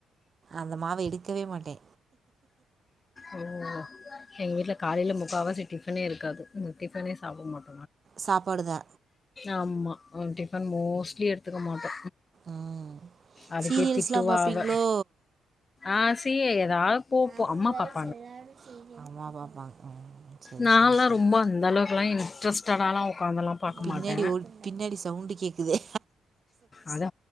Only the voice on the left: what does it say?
ம் எங்க வீட்ல காலைல முக்கா வாசி டிஃபனே இருக்காது இந்த டிஃபனே சாப்ட மாட்டோ
ஆம்மா டிஃபன் மோஸ்ட்லி எடுத்துக்க மாட்டே
அதுக்கே
திட்டுவா
அவ ஆ சி யே ஏதாது போபோ
அம்மா
பக்
நான்லா
ரொம்ப அந்த அளவுக்குலா இன்ட்ரெஸ்டடாலா உக்காந்துலா பாக்க
மாட்டே
அத